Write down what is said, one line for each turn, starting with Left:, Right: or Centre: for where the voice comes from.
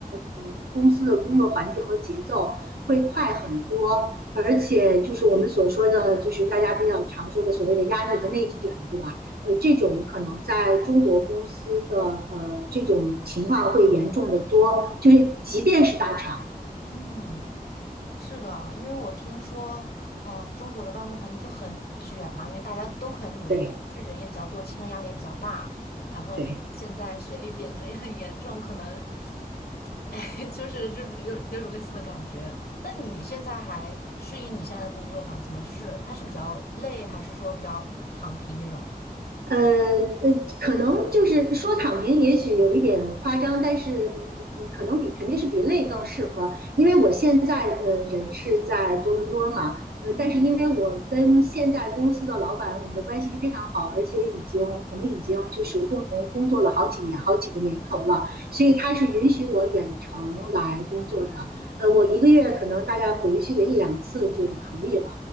Right: 呃公司的工作环境和节奏会快很多，而且就是我们所说的，就是大家比较常说的所谓的压力和内卷，对吧？呃，这种可能在中国公司的呃这种情况会严重的多，就是即便是大厂，
Left: 嗯。是的，因为我听说，嗯、中国的办公环境就很卷嘛，因为大家都很努力，
Right: 对
Left: 是人也比较多，竞争压力也比较大。然后你现在学历贬值也很严重，
Right: 对。
Left: 可能，哎，<laughs> 就是就是六六种类似的感觉。那你现在还适应你现在的工作环境吗？就是它是比较累，还是说比较躺平这种？
Right: 呃呃，可能就是说躺平，也许有一点夸张，但是可能比肯定是比累更适合，因为我现在呃人是在多伦多嘛，呃，
Left: 嗯
Right: 但是因为我跟现在公司的老板我们的关系非常好，而且已经我们已经就是共同工作了好几年好几个年头了，所以他是允许我远程来工作的，呃，
Left: 嗯。
Right: 我一个月可能大概回去个一两次就可以了。